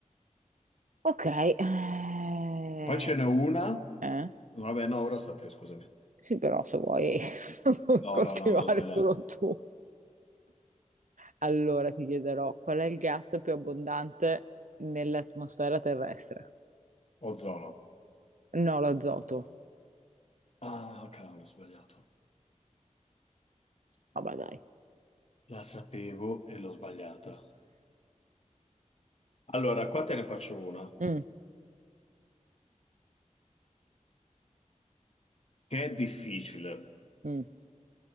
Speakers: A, on the right; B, on the left.
A: Ok. eh,
B: Poi ce n'è una.
A: Eh?
B: Vabbè, no, ora sta a te, scusami.
A: Sì, però se vuoi <laughs>
B: No,
A: continuare
B: no, no, no, ho sbagliato.
A: solo tu. Allora ti chiederò qual è il gas più abbondante nell'atmosfera terrestre?
B: Ozono.
A: No, l'azoto.
B: Ah, cavolo, ho sbagliato.
A: Vabbè, dai.
B: La sapevo e l'ho sbagliata. Allora, qua te ne faccio una,
A: Mm,
B: che è difficile.
A: mm,